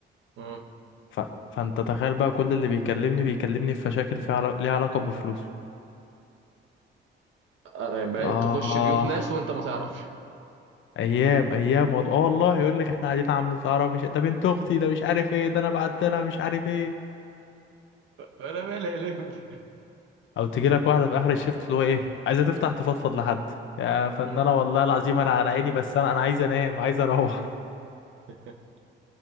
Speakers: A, on the right; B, on the left.
A: مم.
B: ف... فانت تخيل بقى كل اللي بيكلمني بيكلمني في مشاكل فيها عل... ليها علاقه بفلوسه
A: آه، يعني بقيت
B: اه
A: تخش بيوت ناس وانت ما تعرفش
B: ايام ايام والله اه والله يقول لك احنا قاعدين عاملين سهره مش ده بنت اختي ده مش عارف ايه ده انا بعت لها مش عارف ايه
A: <laughs> انا مالي يا لمبي
B: او تجي لك واحده في اخر الشفت اللي هو ايه عايزه تفتح تفضفض لحد يا فنانة
A: مم.
B: والله العظيم انا على عيني بس انا انا عايز انام عايز اروح
A: <laughs>